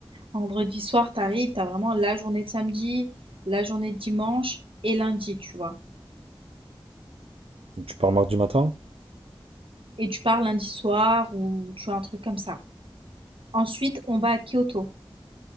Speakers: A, on the right; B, on the right.
A: Vendredi soir, t'arrives, t'as vraiment la journée de samedi, la journée de dimanche et lundi, tu vois.
B: Tu pars mardi matin?
A: Et tu pars lundi soir ou tu as un truc comme ça. Ensuite, on va à Kyoto.